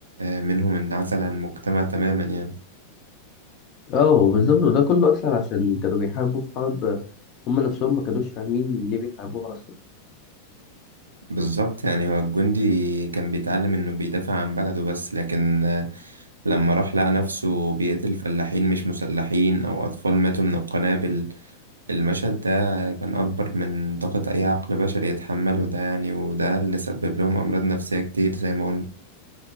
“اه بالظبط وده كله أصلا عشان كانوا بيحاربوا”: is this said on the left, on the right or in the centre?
Left